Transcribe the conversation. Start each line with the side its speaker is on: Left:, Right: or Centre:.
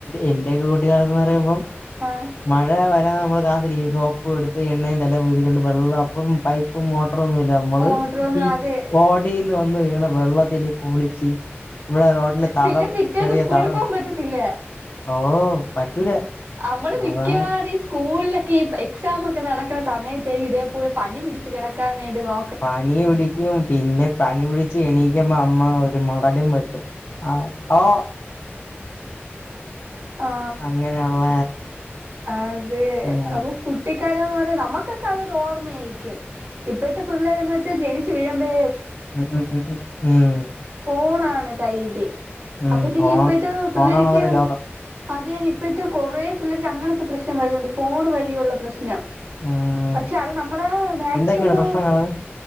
Left: എന്റെറെയൊക്കെ കൂട്ടുകാലംന്ന് പറയുമ്പോ
Right: ആഹ്
Left: മഴ വരാെ നമ്മള് കാത്തിരിക്കും സോപ്പും എടുത്ത് എണ്ണയും തല പൊഴുതിക്കൊണ്ട് വെള്ളം അപ്പം പൈപ്പും മോട്ടറും ഒന്നു ഇല്ല നമ്മള്
Right: ഓട്ടറൊന്നും
Left: ഈ
Right: അതെ
Left: ഓടയിന്ന് വന്ന് വീണ വെള്ളത്തില് കുളിച്ച് ഇവിടെ റോഡില് തടം
Right: പിന്നെ പിറ്റേസം
Left: ചെറിയ
Right: സ്കൂളി
Left: തടം
Right: പോകാൻ പറ്റത്തില്ലേ
Left: ഓ പറ്റൂല
Right: നമ്മള് മിക്കവാറു
Left: അതാണ്
Right: ഈസ് സ്കൂളിലൊക്കെ ഈ എക്സാം ഒക്കെ നടക്കുന്ന സമയത്തായിരിക്കും ഇതേപോലെ പനി പിടിച്ച് കെടക്കാൻ വേണ്ടി നോ
Left: പനി പിടിക്കും പിന്നെ പനി പിടിച്ച് എണീക്കുമ്പോ അമ്മ ഒരു മടലും വെ ആ ഓ
Right: ആ
Left: അങ്ങനെയുള്ള
Right: അതെ
Left: ഉം
Right: അപ്പൊ കുട്ടിക്കാലംന്ന് പറ നമ്മുക്കൊക്കെ അതൊരു ഓർമ്മയായിരിക്കും ഇപ്പോഴത്തെ പിള്ളേരന്ന് വെച്ചാൽ ജനിച്ചു വീഴ്ബോയെ
Left: ഉം ഉം ഉം ഉം ഉം
Right: ഫോണാണ് കയ്യില്
Left: ഉം
Right: അപ്പത്തേക്ക്
Left: ഫോൺ
Right: ഇപ്പഴ ത്തെ പിള്ളേരിക്ക്
Left: ഫോണാണ് അവരെ ലോകം
Right: അതൊന് ഇപ്പ ഇത്തെ കുറെ പിള്ളേർക്ക് അങ്ങനത്തെ പ്രശ്നം വരുന്നുണ്ട് ഫോൺ വഴിയുള്ള പ്രശ്നം
Left: ഉം
Right: പക്ഷെ അത് നമ്മളെ മാക്സിമം
Left: എന്തൊക്കെയാണ് പ്രശ്നങ്ങള്